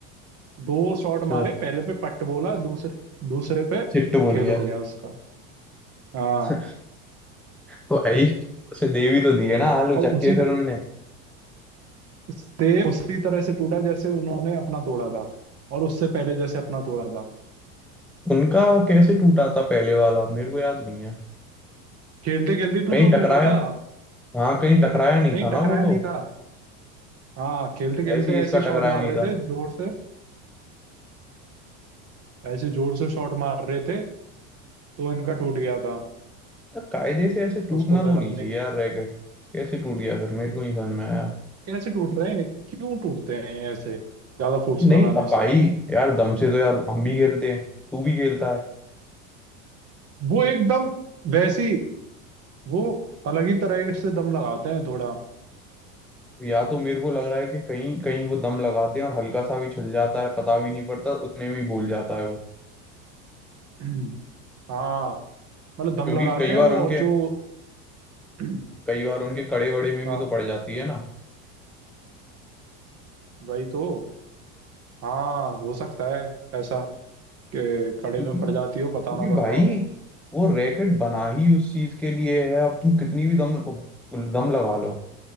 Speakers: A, on the right; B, in the centre.
A: दो शॉट
B: जो
A: मारे पहले पे पट बोला दूसरे दूसरे पे
B: चिट्टू बोल
A: खेल
B: गया
A: हो गया उसका हाँ
B: <laughs> तो भाई उसे देवी तो दी है ना आलू
A: और
B: चक्के
A: उसी तरह
B: फिर उनने
A: से उसी तरह से टूटा जैसे उन्होंने अपना तोड़ा था और उससे पहले जैसे अपना तोड़ा था
B: उनका कैसे टूटा था पहले वाला मेरे को याद नहीं है
A: खेलते खेलते तो
B: कहीं
A: तो
B: टकराया
A: टूटा था
B: हाँ कहीं टकराया नहीं
A: नहीं
B: था ना
A: टकराया
B: वो
A: नहीं
B: तो
A: था हाँ खेलते खेलते
B: ऐसे ही इसका
A: ऐसे ही शॉट
B: टकराया
A: मार
B: नहीं
A: रहे
B: था
A: थे जोर से ऐसे जोर से शॉट मार रहे थे तो इनका टूट गया था
B: यार, कायदे से ऐसे टूटना
A: उसको फिर
B: तो नहीं
A: हमने
B: चाहिए यार रैकेट कैसे टूट गया फिर मेरे को नहीं समझ में आया
A: कैसे टूट रहे हैं क्यों टूटते हैं ये ऐसे ज्यादा फोर्स
B: नहीं
A: लगाने
B: अब
A: से
B: भाई यार दम से तो यार हम भी खेलते हैं तू भी खेलता है
A: वो एकदम वैसी वो अलग ही तरह से दम लगाते हैं थोड़ा
B: या तो मेरे को लग रहा है कि कहीं कहीं वो दम लगाते हैं और हल्का सा भी छुल जाता है पता भी नहीं पड़ता उतने में ही भूल जाता है वो
A: <clears throat> हाँ मतलब दम
B: क्योंकि
A: लगाते
B: कई
A: हैं
B: बार
A: वो
B: उनके
A: और जो <clears throat>
B: कई बार उनके कड़े वड़े में
A: हाँ
B: भी तो पड़ जाती है ना
A: वही तो हाँ हो सकता है ऐसा कि खड़े
B: क्योंकि
A: में पड़ जाती हो पता
B: क्योंकि
A: ना पड़ता
B: भाई
A: हो
B: वो रैकेट बना ही उस चीज के लिए है अब तुम कितनी भी दम दम लगा लो